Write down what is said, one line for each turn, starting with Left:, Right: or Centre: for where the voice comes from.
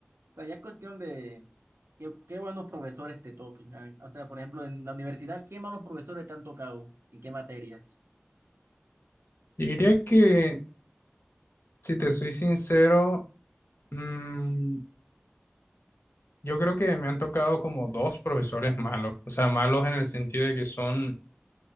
Right: O sea, ya es cuestión de qué, qué buenos profesores te toquen. Ah, O sea, por ejemplo, en la universidad, ¿qué malos profesores te han tocado y qué materias?
Left: Yo diría que, si te soy sincero, mm, yo creo que me han tocado como dos profesores malos, o sea, malos en el sentido de que son,